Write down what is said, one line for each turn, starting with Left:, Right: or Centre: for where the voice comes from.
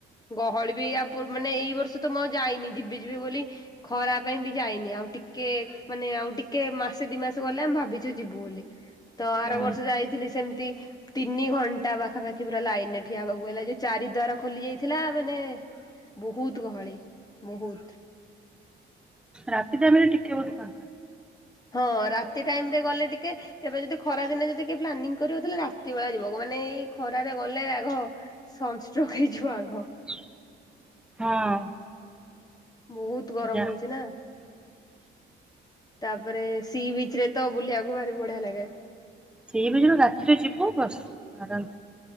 Left: ଗହଳି ବି ଆ ପୂର୍ ମାନେ ଏଇ ବର୍ଷ ତ ମୁଁ ଆଉ ଯାଇନି ଯିବି ଯିବି ବୋଲି ଖରା ପାଇଁ ବି ଯାଇନି ଆଉ ଟିକେ ମାନେ ଆଉ ଟିକେ ମାସେ ଦି ମାସ ଗଲେ ଆମେ ଭାବିଛୁ ଯିବୁ ବୋଲି। ତ ଆର
Centre: ହୁଁ
Left: ବର୍ଷ ଯାଇଥିଲି ସେମିତି ତିନି ଘଣ୍ଟା ପାଖାପାଖି ପୁରା ଲାଇନ୍ ରେ ଠିଆ ହବାକୁ ପଇଲା ଯୋଉ ଚାରି ଦ୍ୱାର ଖୋଲି ଯାଇଥିଲା ମାନେ ବହୁତ୍ ଗହଳି ବହୁତ୍।
Centre: ରାତି ଟାଇମ୍ ରେ ଟିକେ ବୋଧେ ଫାଙ୍କା।
Left: ହଁ ରାତି ଟାଇମ୍ ରେ ଗଲେ ଟିକେ ଏବେ ଯଦି ଖରା ଦିନେ ଯଦି କିଏ ପ୍ଲାନିଂ କରିବ ତାହେଲେ ରାତି ବେଳା ଯିବ ମାନେ ଏଇ ଖରାରେ ଗଲେ ଆଗ ସନ୍ଷ୍ଟ୍ରୋକ୍ ହେଇଯିବ ଆଗ।
Centre: ହଁ।
Left: ବହୁତ୍ ଗରମ
Centre: ଯା
Left: ହଉଛି ନା। ତାପରେ ସି ବିଚ୍ ରେ ତ ବୁଲିବାକୁ ଭାରି ବଢିଆ ଲାଗେ।
Centre: ସି ବିଚ୍ କୁ ରାତିରେ ଯିବୁ ବସିବୁ ଆରାମ୍ ରେ।